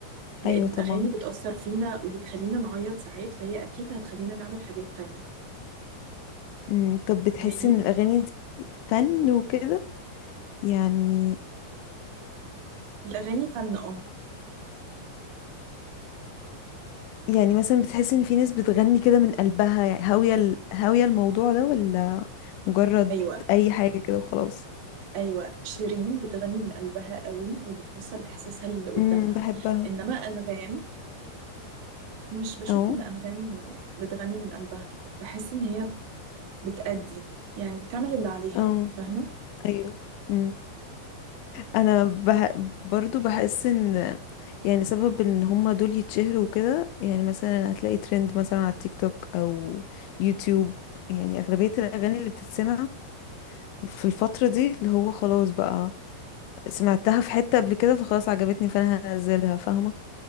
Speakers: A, on the right; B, on the left.
A: لان
B: ايوه طبعا
A: الاغاني بتاثر فينا وبتخلينا نعيط ساعات فهي اكيد هتخلينا نعمل حاجات تانية
B: أمم، طب بتحسي
A: فاهماني
B: ان الاغاني دي فن وكده يعني
A: الاغاني فن اه
B: يعني مثلا بتحس ان في ناس بتغني كده من قلبها يعني هاوية ال- هاوية الموضوع ده ولا مجرد
A: ايوه
B: اي حاجة كده وخلاص
A: أيوة شيرين بتغني من قلبها قوي وبتوصل إحساسها للي قدامها
B: امم بحبها
A: إنما أنغام مش بشوف
B: اه
A: إن أنغام آه، بتغني من قلبها بحس إن هي بتأدي يعني بتعمل اللي عليها
B: اه
A: فاهمة؟
B: ايوه امم انا بح... برضو بحس ان يعني سبب ان هما دول يتشهروا وكده يعني مثلا هتلاقي ترند مثلا على التيك توك او يوتيوب يعني اغلبية الاغاني اللي بتتسمع في الفترة دي اللي هو خلاص بقى سمعتها في حتة قبل كده فخلاص عجبتني فانا هنزلها فاهمة